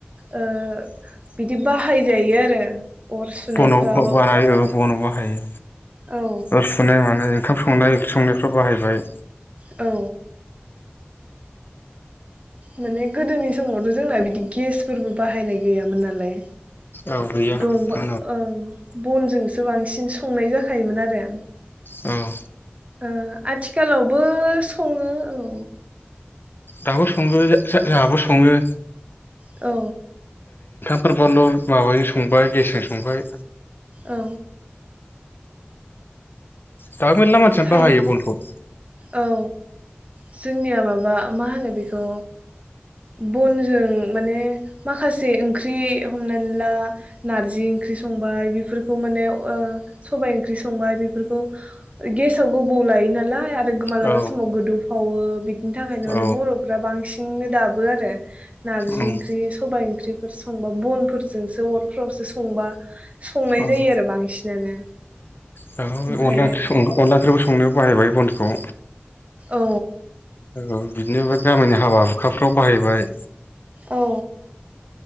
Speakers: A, on the right (about 35°); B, on the left (about 60°).
A: ओ बिदि बाहायजायो आरो। अर सुनायफ्राव
B: बनाव औ बाहायो बनाव बाहायो।
A: औ
B: अर सुनाय मानाय ओखाम संनाय ओंख्रि संनाय बाहायबाय
A: औ। माने गोदोनि समावथ' जोंना बिदि गेसफोरबो बाहायनाय गैयामोन नालाय।
B: औ गैया
A: दंबा
B: औ
A: ओं बनजोंसो बांसिन संनाय जाखायोमोन आरो
B: औ
A: ओ आथिखालावबो सङो। औ।
B: दाबो सङो जा-जा-जोंहाबो सङो।
A: औ।
B: <inaudible> माबाजों संबाय गेसजों संबाय।
A: औ।
B: दाबो मेनला मानसिनो
A: थायो
B: बाहायो बनखौ।
A: औ, जोंनिया माबा मा होनो बेखौ बनजों माने माखासे ओंख्रि हमनानै ला नार्जि ओंख्रि संबाय बेफोरखौ माने ओ सबाय ओंख्रि संबाय बेफोरखौ गेसाव गोबौ लायो‌ नालाय मालाबा
B: औ
A: समाव गोदौ फावो बिदिनि थाखायनो माने
B: औ
A: बरफ्रा बांसिन दाबो आरो नार्जि
B: ओम
A: ओंख्रि सबाय ओंख्रिफोर संबा बनफोरजोंसो अरफोरावसो संबा संनाय
B: औ
A: जायो आरो बांसिनानो।
B: औ
A: ओमफाय
B: अनला ओख्रि सं अनला ओंख्रिबो संनो बाहायबाय बनखौ।
A: औ।
B: औ बिदिनो गामिनि हाबा हुखाफ्राव बाहायबाय।
A: औ।